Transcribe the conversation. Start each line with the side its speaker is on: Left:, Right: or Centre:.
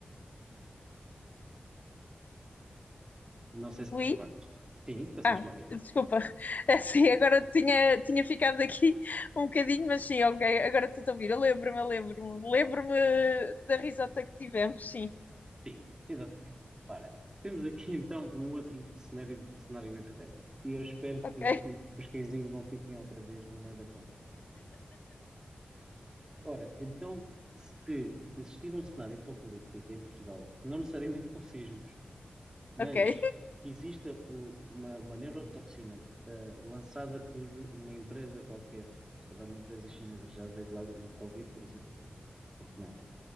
Right: Não sei se
Left: Luís?
Right: te recordas. Sim, consegues
Left: Ah,
Right: uma vida?
Left: desculpa. <laughs> Sim. agora tinha, tinha ficado aqui um bocadinho, mas sim, ok, agora estou a ouvir. Eu lembro-me, eu lembro-me. Lembro-me da risota que tivemos, sim.
Right: Sim, exatamente. Ora, temos aqui então um outro cenário, cenário hipotético. E eu espero
Left: Ok,
Right: que o- os cãezinhos não fiquem outra vez no meio da conversa. Ora, então, se existir um cenário apocalíptico em Portugal, não necessariamente com sismos, Mas
Left: <laughs> ok.
Right: que exista o- uma, uma neurotoxina ah, lançada por uma empresa qualquer, se calhar uma empresa chinesa, já veio de lá o Covid, por exemplo, porque não?